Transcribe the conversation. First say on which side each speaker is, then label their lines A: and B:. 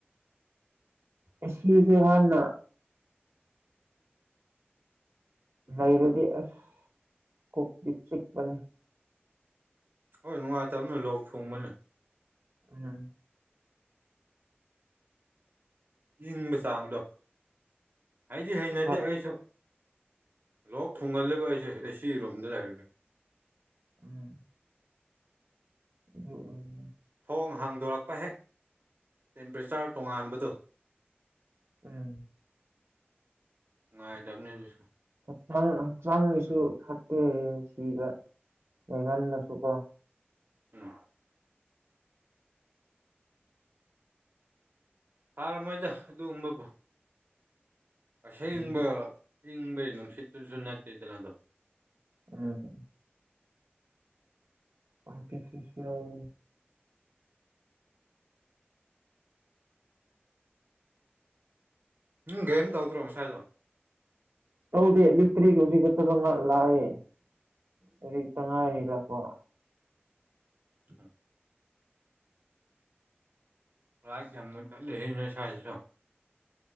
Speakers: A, on the right (about 80°); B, on the right (about 50°).
A: ꯑꯁꯤꯖꯦ ꯍꯥꯟꯅ ꯂꯩꯔꯗꯤ ꯑꯁ ꯀꯣꯛꯇꯤ ꯆꯤꯛꯄꯅꯦ
B: ꯍꯣꯏ ꯅꯨꯡꯉꯥꯏꯇꯕꯅꯦ ꯂꯣꯛ ꯊꯨꯡꯕꯅꯦ
A: ꯎꯝ
B: ꯏꯪꯕ ꯆꯥꯡꯗꯣ ꯑꯩꯗꯤ ꯍꯩꯅꯗꯦ
A: ꯍꯣꯏ
B: ꯑꯩꯁꯨ ꯂꯣꯛ ꯊꯨꯡꯒꯜꯂꯦꯕ ꯑꯩꯁꯦ ꯑꯦꯁꯤ ꯔꯨꯝꯗ ꯂꯩꯔꯗꯤ
A: ꯎꯝ ꯎꯝ ꯎꯝ
B: ꯊꯣꯡ ꯍꯥꯡꯗꯣꯔꯛꯄ ꯍꯦꯛ ꯇꯦꯝꯄꯔꯦꯆ꯭ꯔ ꯇꯣꯡꯉꯥꯟꯕꯗꯣ
A: ꯎꯝ
B: ꯉꯥꯏꯗꯕꯅꯦ ꯑꯗꯨꯁꯨ
A: ꯍꯛꯆꯥꯡ ꯍꯛꯆꯥꯡꯒꯤꯁꯨ ꯐꯠꯇꯦ ꯁꯤꯕ ꯂꯩꯃꯟꯂꯁꯨꯀꯣ
B: ꯎꯝ ꯊꯥꯔꯝꯃꯣꯏꯗ ꯑꯗꯨꯒꯨꯝꯕꯕꯨ ꯑꯁꯦꯡꯕ
A: ꯎꯝ
B: ꯏꯪꯕꯩ ꯅꯨꯡꯁꯤꯠꯇꯨꯖꯨ ꯅꯠꯇꯦꯗꯅ ꯑꯗꯣ
A: ꯎꯝ ꯄꯥꯡꯇꯤ ꯁꯤꯁꯋꯦꯜ
B: ꯎꯝ ꯒꯦꯝ ꯇꯧꯗ꯭ꯔꯣ ꯉꯁꯥꯏꯗꯣ
A: ꯇꯧꯗꯦ ꯂꯤꯛꯇ꯭ꯔꯤ ꯍꯧꯖꯤꯛꯈꯛꯇꯡꯒ ꯉꯥꯛ ꯂꯥꯛꯑꯦ ꯍꯧꯖꯤꯛꯇ ꯉꯥꯏꯔꯤ ꯂꯥꯛꯄ
B: ꯑꯣ ꯔꯥꯏꯛ ꯌꯥꯝ ꯃꯨꯠꯀꯜꯂꯦꯍꯦ ꯅꯣꯏ ꯁ꯭ꯋꯥꯏꯗꯖꯨ